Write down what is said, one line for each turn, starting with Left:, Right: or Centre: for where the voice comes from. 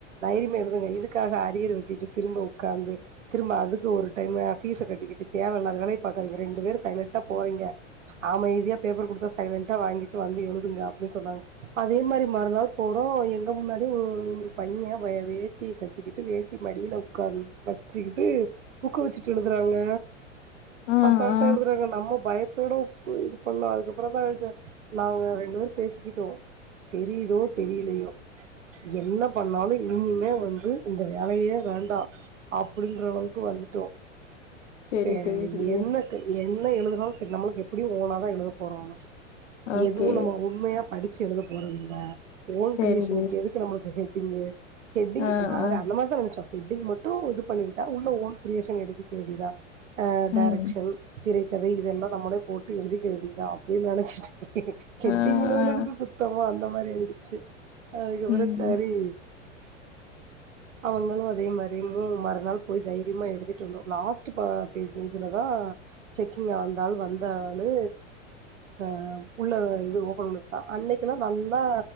Right: தைரியமா எழுதுங்க இதுக் க்காக அரியர் வச்சுட்டு திரும்ப உக்காந்து திரும்ப அதுக்கு ஒரு டைம ஃபீஸ கட்டிக்கிட்டு தேவயில்லாத வேலய பாக்காதீங்க ரெண்டு பேர் சைலண்டா போறீங்க அமைதியா பேப்பர் குடுத்தா சைலன்டா வாங்கிட்டு வந்து எழுதுங்க அப்டின்னு சொன்னாங்க அதே மாரி மறுநாள் போறோ கு முன்னாடி ஒரு பையே ஏத்திக்க கிட்டு வேட்டி மடில உக்காந்து வச்சிகிட்டு புக் வச்சிட்டு எழுதுறாங்க
Left: ஆ,
Right: அசால்டா
Left: ஆ,
Right: எழுதுறாங்க நம்ம பயத் போறோ இது பன்னோஅதுக்கப்றோதா அழுதே ஆங்க ரென்டு பேரு பேசிகிட்டோ தெரியுதோ தெரியலயோ என்ன பன்னாலு இனிமே வந்து இந்த வேலயே வேண்டா அப்டின்ற அளவுக்கு வந்துட்டோ
Left: சரி,
Right: ஏ
Left: சரி, சரி.
Right: என்னக் என்ன எழுதுனாலு சரி நம்மளுக்கு எப்படியு ஓனாதா எழுத போறோ
Left: ஓகே.
Right: எது நம்ம உண்மையா படிச்சு எழுத போறதுல்ல ஓன்
Left: சரி.
Right: கிரியேஷனுக்கு எதுக்கு நம்ளுக் ஹெட்டிங்கு ஹெட்டிங்
Left: ஆ,
Right: நாங்க
Left: ஆ,
Right: அந்த மாதிரிதான் நினைச்சோம் எட்டிங் மட்டும் இது பண்ணிட்டா உள்ள ஓன் கிரியேஷன் எடுத்துக்க வேண்டியதான் டைரக்ஷன்
Left: ம்.
Right: வை இதெல்லாம் நம்ள போட்டு எழுதிக்க வேண்டியதான் அப்படினு நினைச்சு ஹெட்டிக்கு
Left: ஆ, ஆ,
Right: குத்தம் அந்த மாதிரி டிச்சு அதுக்கப்புறம்
Left: ம்.
Right: சரி அவங்களும் அதே மாதிரி மறுநாள் போய் தைரியமா எழுதிட்டு வந்தோம் லாஸ்ட் இதுலதான் செக்கிங் ஆந்தாளு வந்த ஆளு அஹ் உள்ள இது ஓபன் பண்ண தான் அன்னைக்குல்லாம் நல்லா